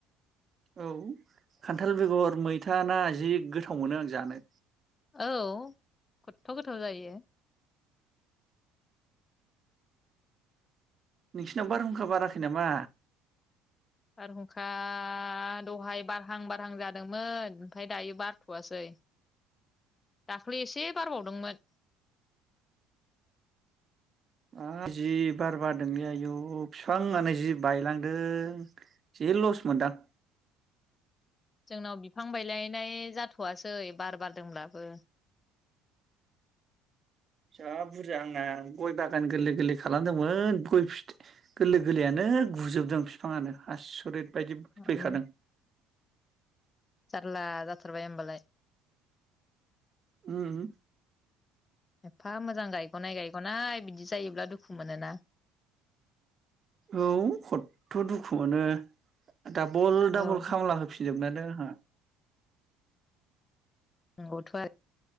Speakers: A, on the right; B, on the left.
A: औ खान्थाल बेगर मैथा ना जि गोथाव मोनो आं जानो।
B: औ खदथ' गोथाव जायो‌।
A: नोंसिनाव बारहुंखा बाराखै नामा?
B: बारहुंखा दहाय बारहां बारहां जादोंमोन ओमफाय दायो बारथ'वासै दाखलि एसे बारबावदोंमोन।
A: हा जि बार बारदोंलै आयु फिफाङानो जि बायलांदों। जि लस मोनदां।
B: जोंनाव बिफां बायलायनाय जाथ'वसै बार बारदोंब्लाबो।
A: जा बुरजा आंना गय बागान गोरलै गोरलै खालामदोंमोन गय फिथ गोरलै गोरलैयानो गुजोबदों फिफाङानो‌ आसरिद। बायदि
B: आयौ
A: फैखादों।
B: जारला जाथारबाय होमबालाय।
A: उम।
B: एफा मोजां गायग'नाय गायग'नाय बिदि जायोब्ला दुखु मोनोना।
A: औ खदथ' दुखु‌ मोनो। डाबल
B: औ
A: डाबल खामला होफिनजोबना दों आंहा।
B: नोंगौथ' आरो।